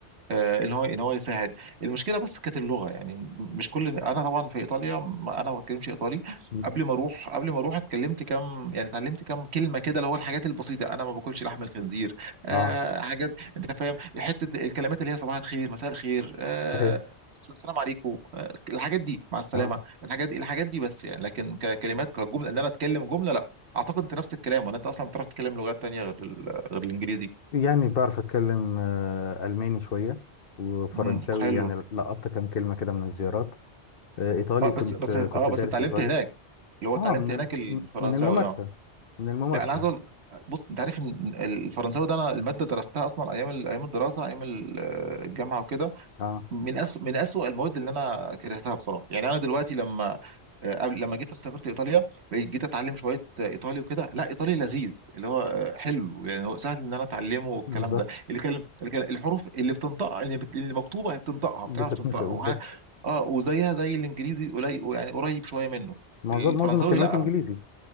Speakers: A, on the right (about 70°); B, on the left (about 55°).
A: آه، ان هو ان هو يساعد المشكله بس كانت اللغه يعني م- مش كل انا طبعا في ايطاليا م- انا ما بتكلمش ايطالي
B: مم.
A: قبل ما اروح قبل ما اروح اتكلمت كام يعني اتعلمت كام كلمه كده اللي هو الحاجات البسيطه انا ما باكلش لحم الخنزير آه
B: اه
A: حاجات انت فاهم حته الكلمات اللي هي صباح الخير مساء الخير آه
B: صحيح
A: الس- السلام عليكم آه الحاجات دي مع السلامه
B: اه
A: الحاجات دي الحاجات دي بس يعني لكن ككلمات كجمله ان انا اتكلم جمله لا اعتقد انت نفس الكلام ولا انت اصلا بتعرف تتكلم لغات تانية غير ال- غير الانجليزي
B: يعني بعرف اتكلم آه، الماني شوية وفرنساوي
A: امم حلو
B: يعني لقطت كام كلمة كده من الزيارات آه، ايطالي
A: اه بس
B: كنت
A: بس
B: آه،
A: اه
B: كنت
A: بس
B: دارس
A: اتعلمت
B: ايطالي
A: هناك اللي هو
B: اه
A: اتعلمت
B: من
A: هناك الفرنساوي
B: من الممارسة
A: اه
B: من الممارسة
A: لا انا عايز اقول بص انت عارف ان الفرنساوي ده انا الماده درستها اصلا ايام ال- ايام الدراسه ايام ال- آه، الجامعه وكده
B: اه
A: من أس... من أسوأ المواد اللي انا كرهتها بصراحه يعني انا دلوقتي لما آه، قبل لما جيت سافرت ايطاليا جيت اتعلم شويه آه، ايطالي وكده لا ايطالي لذيذ اللي هو آه، حلو يعني هو سهل ان انا اتعلمه والكلام
B: بالظبط
A: ده اللي كلم... اللي كلم... الحروف اللي بتنطقها اللي, بت... اللي مكتوبه هي بتنطقها
B: بتتنطق
A: بتعرف تنطقها وه...
B: بالظبط
A: اه وزيها زي الانجليزي قليل يعني قريب شويه منه
B: معظم
A: الفرنساوي
B: معظم الكلمات
A: لا
B: انجليزي